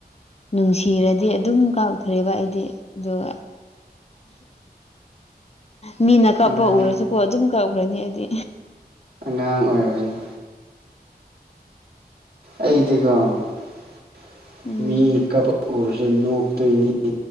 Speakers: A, on the left (about 40°); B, on the right (about 70°).
A: ꯅꯨꯡꯁꯤꯔꯗꯤ ꯑꯗꯨꯝ ꯀꯞꯈ꯭ꯔꯦꯕ ꯑꯩꯗꯤ ꯑꯗꯨꯒ ꯃꯤꯅ ꯀꯞꯄ
B: ꯑꯉꯥꯡ
A: ꯎꯔꯁꯨꯀꯣ ꯑꯗꯨꯝ ꯀꯞꯈ꯭ꯔꯅꯤ ꯑꯩꯗꯤ꯫
B: ꯑꯉꯥꯡ ꯑꯣꯏꯕꯩꯅ ꯑꯩꯗꯤꯕ <unintelligible>
A: ꯎꯝ
B: ꯃꯤ ꯀꯞꯄ ꯎꯔꯁꯨ ꯅꯣꯛꯇꯣꯏꯅꯤ